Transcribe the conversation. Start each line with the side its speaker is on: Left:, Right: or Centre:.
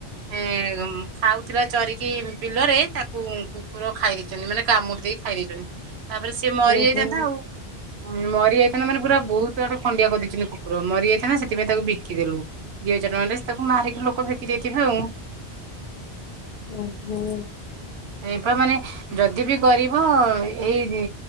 Right: ଏ ଖାଉଥିଲା ଚରିକି ବିଲରେ ତାକୁ କୁକୁର ଖାଇ ଦେଇଚନ୍ତି ମାନେ କାମୁଡି ଦେଇ ଖାଇ ଦେଇଚନ୍ତି। ତାପରେ ସିଏ ମରି
Left: ଓହୋ
Right: ଯାଇଥାନ୍ତା ଆଉ ମରି ଯାଇଥାନ୍ତା ମାନେ ପୁରା ବୋହୁତ ଆଡୁ ଖଣ୍ଡିଆ କରିଦେଇଚନ୍ତି କୁକୁର ମରି ଯାଇଥାନ୍ତା ସେଥିପାଇଁ ତାକୁ ବିକିଦେଲୁ। ଦିଇ ହଜାର ଟଙ୍କାରେ ତାକୁ ମାରିକି ଲୋକ ବିକି ଦେଇଥିବେ ଆଉ
Left: ଉଁ ହୁଁ
Right: ସେଇପା ମାନେ ଯଦି ବି କରିବ ଏଇ